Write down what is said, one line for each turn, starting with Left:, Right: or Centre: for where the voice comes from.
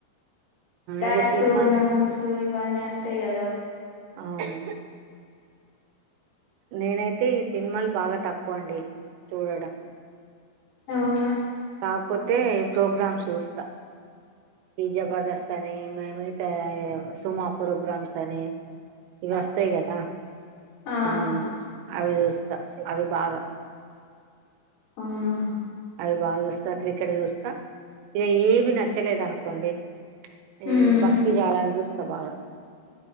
Left: డ్యాన్స్
Right: ఇక సినిమాలు
Left: ప్రోగ్రామ్స్ ఇవన్నీ వస్తా వత్తాయి కదా
Right: అవును నేనైతే ఈ సినిమాలు బాగా తక్కువ అండి చూడడం
Left: అవునా
Right: కాకపోతే ప్రోగ్రామ్స్ చూస్తా ఈ జబర్దస్త్ అని మేమైతే సుమా ప్రోగ్రామ్స్ అని ఇవొస్తాయి
Left: ఆ
Right: కదా
Left: ఆ
Right: హ్మ్ అవి చూస్తా అవి బాగా
Left: అవునా
Right: అవి బాగా చూస్తా క్రికెట్ చూస్తా ఇగా ఏమి నచ్చలేదు అనుకోండి ఎ
Left: మ్మ్
Right: భక్తి ఛానల్ చూస్తా బాగా